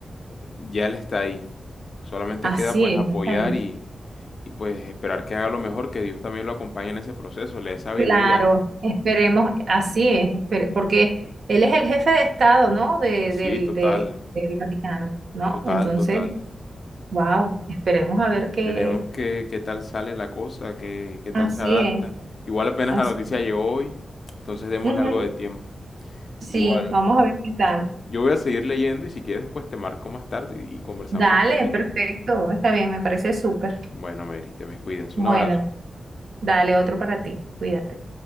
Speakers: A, on the left; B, on the right.
A: ya Él está ahí. Solamente
B: así
A: queda pues
B: es,
A: apoyar
B: ya está
A: y, y pues esperar que haga lo mejor, que Dios también lo acompañe en ese proceso, le dé sabiduría,
B: Claro,
A: ¿no?
B: esperemos, así es, espere- porque él es el jefe de Estado, ¿no? De,
A: Sí,
B: del,
A: total,
B: del, del Vaticano, ¿no?
A: total,
B: Entonces,
A: total.
B: wow, esperemos a ver qué.
A: Veremos qué, qué tal sale la cosa, qué, qué tal
B: Así
A: se adapta.
B: es,
A: Igual apenas
B: así.
A: la noticia llegó hoy, entonces démosle
B: Ujú,
A: algo de tiempo.
B: Sí,
A: Igual,
B: vamos a ver qué tal.
A: yo voy a seguir leyendo y si quieres, pues te marco más tarde y y conversamos
B: Dale,
A: un poquito.
B: perfecto, está bien, me parece súper.
A: Bueno, Mary, te me cuidas.
B: Bueno,
A: Un abrazo.
B: dale otro para ti, cuídate.